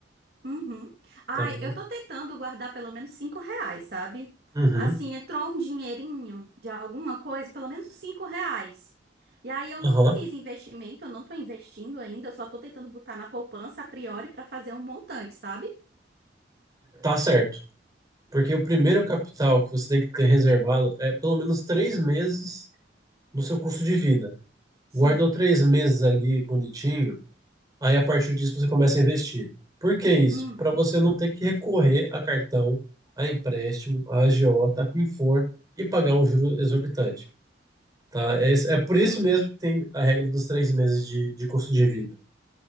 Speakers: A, on the right; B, on the right.
A: Uhum. Ai,
B: tá bom?
A: eu tô tentando guardar pelo menos cinco reais, sabe?
B: Uhum,
A: Assim, entrou um dinheirinho de alguma coisa, pelo menos cinco reais. E aí eu
B: aham,
A: não fiz investimento, eu não tô investindo ainda, eu só tô tentando botar na poupança a priori pra fazer um montante, sabe?
B: tá certo. Porque o primeiro capital que você tem que ter reservado é pelo menos três meses do seu custo de vida.
A: Sim.
B: Guardou três meses ali bonitinho, Aí a partir disso você começa a investir. Por que isso?
A: Uhum.
B: Para você não ter que recorrer a cartão, a empréstimo, a agiota, a quem for, e pagar um juro exorbitante. Tá? É, é por isso
A: Sim.
B: mesmo que tem a regra dos três meses de, de custo de vida.